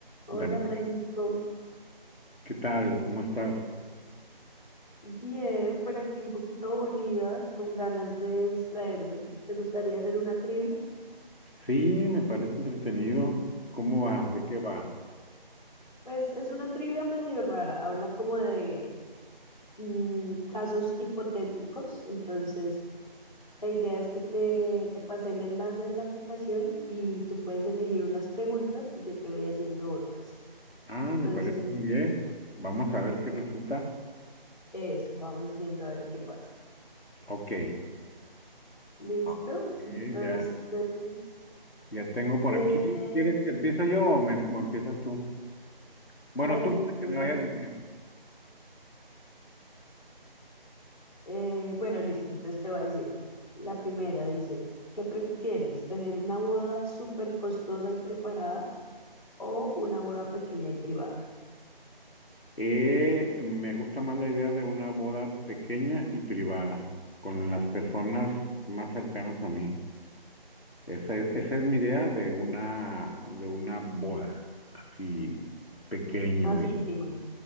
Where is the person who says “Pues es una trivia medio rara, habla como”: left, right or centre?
Left